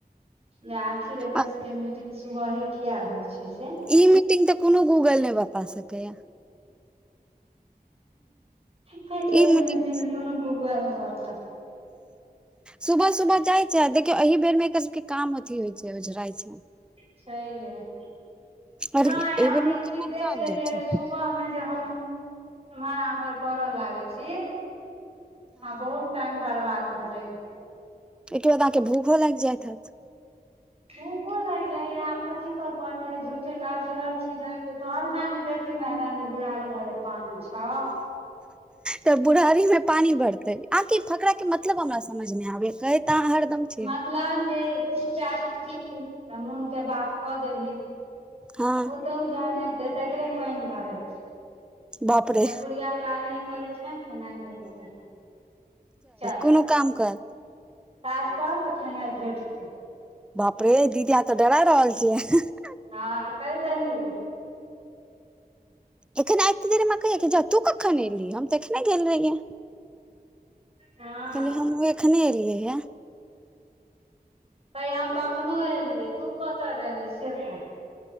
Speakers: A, on the right (about 40°); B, in the centre.
A: जे आखिर की रे एकर
B: आ
A: सबके मीटिंग सुबहे किया होइ छै से
B: ई मीटिंग त कोनो गूगल नहि बता सकैया
A: कहै छै
B: ई मीटिंग
A: इ मिटिंग कोनो गूगल बता
B: सुभह सुभह जाइ चा देखियौ एहि बेर मे एकर सबके काम अथी होइ छै ओझराइ छै
A: छय है
B: आर
A: नहि
B: एहि
A: हम
B: बेर
A: ई
B: मे
A: चीज
B: केना
A: देख
B: के आबि
A: लेलियै
B: जाइ छै
A: जे सुबहमे जे हम इमहर आमहर करै लागै छी हँ बहुत टाइम बर्बाद भए जाइया
B: एके बाद त अहाँके भूखो लागि जाइत हाइत
A: भूखो लागि जाइय आब कथी करु अनेरे झूठे के असगर छी जाइ तोहर मै ने बे कीमे रानी बुढ़ारी भर पानी छ
B: त बुढ़ारी मे पानी भरतै आकि फकरा के मतलब हमरा समझ न आबै कहै अहाँ हरदम छियै
A: मतलब जे तू जात छिही त मोनके बात क देबही
B: हँ
A: पुतहु जहन एते तै एकरे पानि भरैत छै
B: बाप रे
A: बुढ़िया काज नहि करे छै खेना नै चल
B: कोनो काम कर
A: काज कर त खेनाई भेटतै
B: बाप रे दीदी अहाँ त डरा रहल छियै
A: हँ त केह दही
B: एखन आते देरेमे कहै जा तू कखन एलही हम तऽ एखने गेल रहिये
A: हँ
B: कहलिय हम एखने एलियै ये
A: त हम कखनो एलियै तू कतैऽ रहही से कह